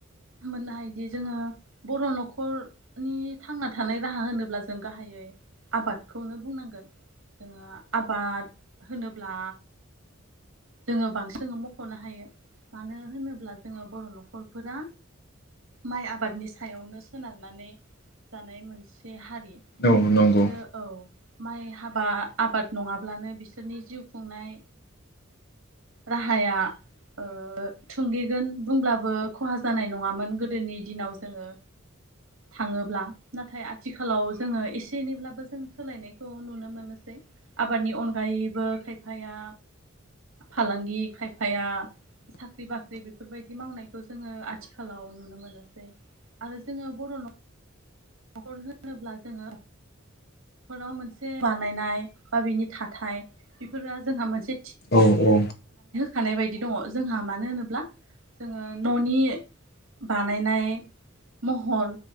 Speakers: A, on the right; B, on the left.
A: मोननो हायो दि जोंङो बर' न'खरनि थांना थानाय राहा होनोब्ला जों गाहायै आबादखौनो बुंनांगोनजोंङो आबाद होनोब्ला जोंङो बांसिन मख'नो हायो, मानो होनोब्ला जोंङो बर' न'खरफोरा माइ आबादनि सायावनो सोनारनानै जानाय मोनसे हारि।
B: औ नंगौ
A: बिसोरो औ। माइ हाबा आबाद नङाब्लानो बिसोरनि जिउ खुंनाय राहाया ओ थुंगेगोन बुंब्लाबो खहा जानाय नङामोन गोदोनि दिनाव जोंङो थाङोब्ला नाथाय आथिखालाव जोंङो एसे एनैब्लाबो जों सोलायनायखौ नुनो मोनोसै आबादनि अनगायैबो खायफाया फालांगि खायफाया साख्रि बाख्रि बेफोरबायदि मावनायखौ जोंङो आथिखालाव नुनो मोनोसै। आरो जोंङो बर' नख न'खर होनोब्ला जोंङो नख'राव मोनसे बानायनाय बा बिनि थाथाय बेफोराल जोंहा मोनसे
B: औ औ।
A: खानाय बायदि दङ जोंहा मानो होनोब्ला जोङो न'नि बानायनाय महर